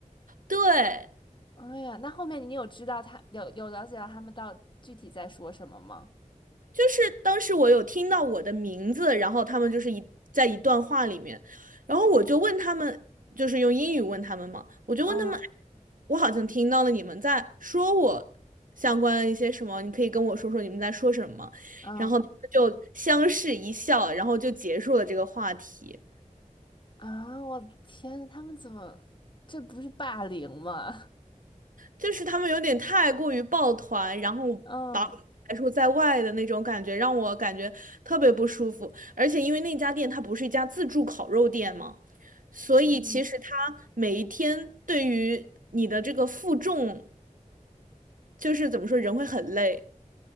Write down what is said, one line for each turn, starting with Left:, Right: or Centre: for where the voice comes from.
Right: 对。
Left: 哎呀，那后面你有知道他有有了解到他们到具体在说什么吗？
Right: 就是当时我有听到我的名字，然后他们就是一在一段话里面，然后我就问他们，就是用英语问他们嘛，我就问他们，
Left: 嗯
Right: 我好像听到了你们在说我相关一些什么，你可以跟我说说你们在说什么吗然后他们就相视一笑，
Left: 嗯
Right: 然后就结束了这个话题。
Left: 啊，我的天呐，他们怎么这不是霸凌吗？
Right: 就是他们有点太过于抱团，然后
Left: <laughs> 嗯
Right: 排除在外的那种感觉，让我感觉特别不舒服。而且因为那家店它不是一家自助烤肉店嘛，所以其实它每一天对于你的这个负重，
Left: 嗯，
Right: 就是怎么说，人会很累。